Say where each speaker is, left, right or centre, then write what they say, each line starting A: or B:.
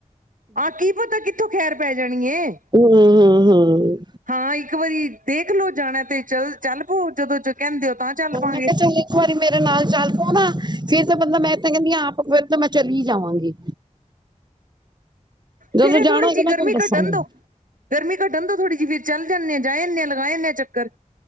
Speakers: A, on the right (about 90°); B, on the right (about 35°).
A: ਆ ਕੀ ਪਤਾ ਕਿੱਥੋਂ ਖੈਰ ਪੈ ਜਾਨੀ ਐ।
B: ਹੂੰ ਹੂੰ ਹੂੰ
A: ਹਾਂ ਇੱਕ ਵਰੀ, ਦੇਖ ਲੋ ਜਾਣਾ ਤੇ ਚੱਲ ਪੋ ਚੱਲ ਪੋ ਜਦੋਂ ਜੌ ਕਹਿੰਦੇ ਓ ਤਾਂ ਚੱਲ ਪਾਂਗੇ।
B: ਮੈਂ ਕਿਹਾ ਚੱਲ ਇੱਕ ਵਾਰੀ ਮੇਰੇ ਨਾਲ ਚੱਲ ਪੋ ਨਾ, ਫਿਰ ਤੇ ਬੰਦਾ ਮੈਂ ਤੇ ਕਹਿੰਦੀ ਆ ਆਪ ਫਿਰ ਤਾਂ ਮੈਂ ਚਲੀ ਜਾਵਾਂਗੀ। ਜਦੋਂ
A: ਫਿਰ
B: ਜਾਣਾ
A: ਇਹ ਥੋੜੀ
B: ਹੋਏਗਾ
A: ਜੀ
B: ਮੈਂ
A: ਗਰਮੀ
B: ਤੁਹਾਨੂੰ ਦੱਸਾਂਗੀ
A: ਘਟਨ ਦੋ। ਗਰਮੀ ਘੱਟਨ ਦੌ ਥੋੜ੍ਹੀ ਜੀ ਫਿਰ ਚੱਲ ਜਾਂਨੇ ਆ ਜਾਏ ਆਨੇ ਹਾਂ ਲਗਾਏ ਆਨੇ ਆ ਚੱਕਰ।